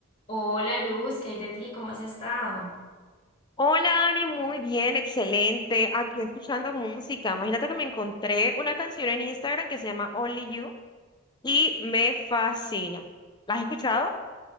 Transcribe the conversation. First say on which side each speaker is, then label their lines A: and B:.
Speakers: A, on the left; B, on the left.
A: Hola Luz, ¿qué hay de ti? ¿Cómo has estado?
B: Hola, Dani, muy bien, excelente. Aquí escuchando música. Imagínate que me encontré una canción en Instagram que se llama Only You y me fascina. ¿La has escuchado?